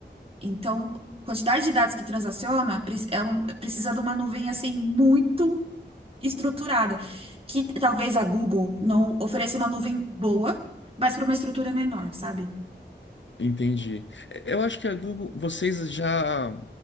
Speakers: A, on the right; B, on the left.
A: Então, quantidade de dados que transaciona pre- é um- precisa de uma nuvem assim muito estruturada, que talvez a Google não ofereça uma nuvem boa, mas para uma estrutura menor, sabe?
B: Entendi. Eu acho que a Google, vocês já,